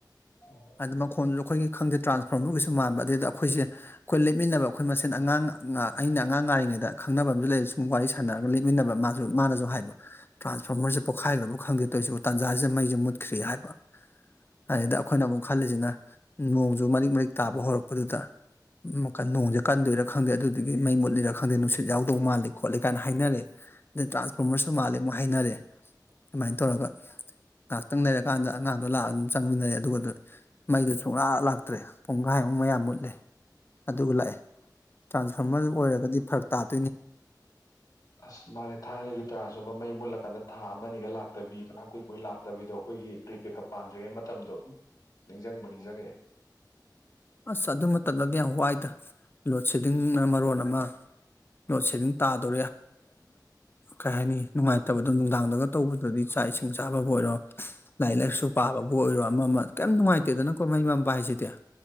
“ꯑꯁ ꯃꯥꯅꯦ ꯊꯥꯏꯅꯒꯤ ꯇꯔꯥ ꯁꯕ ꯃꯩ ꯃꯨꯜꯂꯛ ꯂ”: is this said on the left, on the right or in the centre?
Left